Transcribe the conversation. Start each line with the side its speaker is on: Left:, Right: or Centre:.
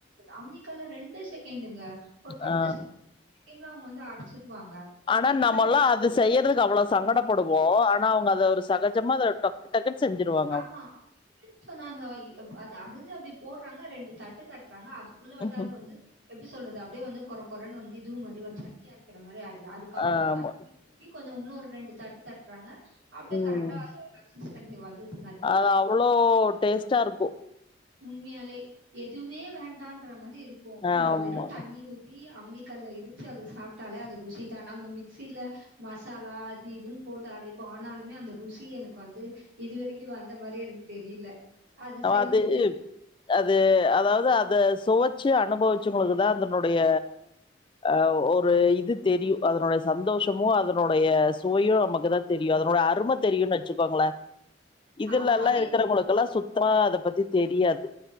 Right: அமமிக்கல்லு ரெண்டே செகண்டுங்க ஒரு பத்து
Left: ஆ
Right: செக செகண்ட்ல அவ்ங்க வந்து அரைச்சிருவாங்க
Left: ஆனா
Right: எப்டின்னா
Left: நம்மலா அது செய்யறதுக்கு அவ்வளோ சங்கடப்படுவோ ஆனா அவ்ங்க அத ஒரு சகஜமா அத டக் டக்குன் செஞ்சுருவா
Right: ஆமா ம் சொன்னாங்க ஐ அப் அது அணுக அப்டி போட்றாங்க ரெண்டு தட்டு தட்றாங்க அது குள்ள வந்து
Left: ம்ஹ்ம்.
Right: அது வந்து எப்டி சொல்றது அப்டியே வந்து கொர கொரனு வந்து இதுவு மாரி வந் சட்னி அரைக்கிற மாரி ஆய்டுது அது க்கப்றோ
Left: ஆமா
Right: தண்ணி ஊத்தி கொஞ்ச உன்ன ஒரு ரெண்டு தட்டு தட்றாங்க அப்டியே
Left: ம்
Right: கரெக்டா கன்சிஸ்டன்சி வந்துடு
Left: அது அவளோ டேஸ்ட்டா இருக்கு
Right: உண்மையாலே எதுமே வேண்டான்ற மாரி இருக்கு நா
Left: ஆமா
Right: வெறு தண்ணி ஊத் த்தி அம்மி கல்ல இடிச்சு அத சாப்ட்டாலே அது ருசி தா நம்ம மிக்சில மசாலா அது இதுன் போட்டு அரைப்போ ஆனாலுமே அந்த ருசி எனக்கு வந்து இதுவரைக் க்கு வந்த மாரி எனக்கு தெரியல அத செஞ்சுட்டு
Left: அது அது அதாவ்து அத சொவச்சு அனுபவிச்சவ்ங்களுக்குதா அதனுடைய அ ஒரு இது தெரியு அதனுடைய சந்தோஷமு அதனுடைய சுவையு நமக்கு தா தெரியு அதனுடைய அரும தெரியுன் வெச்சுக்கோங்களே இதுலலா
Right: ஆமா அதே
Left: இருக்கிறவ்ங்களுக் கெல்லா சுத்தறா அத பத்தி தெரியாது